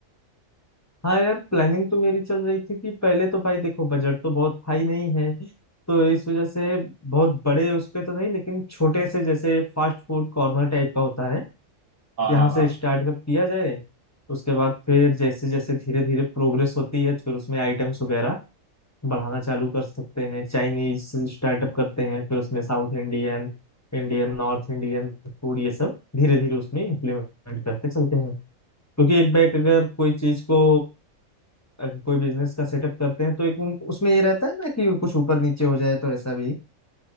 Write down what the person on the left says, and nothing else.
हाँ यार प्लानिंग तो मेरी चल रही थी कि पहले तो भाई देखो बजट तो बहुत हाई नहीं है तो इस वजह से बहुत बड़े उस पे तो नहीं लेकिन छोटे से जैसे फास्ट फूड कॉर्नर टाइप का होता है
यहाँ
से
स्टार्टअप किया जाए उसके बाद फिर जैसे जैसे धीरे धीरे प्रोग्रेस होती है फिर उसमें आइटम्स वगैरह बढ़ाना चालू कर सकते हैं चाइनीज स्टार्टअप करते हैं फिर उसमें south Indian Indian north Indian food ये सब धीरे धीरे उसमें इम्प्लीमेंट करते चलते हैं क्योंकि एक बैग अगर कोई चीज को अगर कोई बिजनेस का सेटअप करते हैं तो एक उन- उसमें ये रहता है ना कि कुछ ऊपर नीचे हो जाए तो ऐसा भी